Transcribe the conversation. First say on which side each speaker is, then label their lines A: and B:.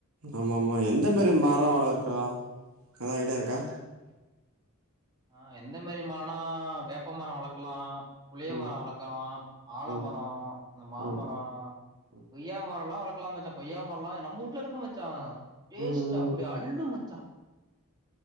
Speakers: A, on the right; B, on the right.
A: ஆமா ஆமா எந்த மாரி மரம் வளர்க்கலா அதான் ஐடியா இருக்கா
B: ஆ எந்த மாரி மரம்னா வேப்ப மரம் வளர்க்கலாம் புளிய
A: ம்,
B: மரம் வளர்க்கலாம் ஆழமரம்
A: ம்,
B: இந்த மாமரம்
A: ம், ம்,
B: கொய்யா மரம் எல்லா வளர்க்கலாம் இருக்கலா மச்சா கொய்யா மரலாம் நம்ம வீட்ல இருக்கு மச்சா டேஸ்ட்
A: ம், ம்.
B: அப்டி அள்ளு மச்சா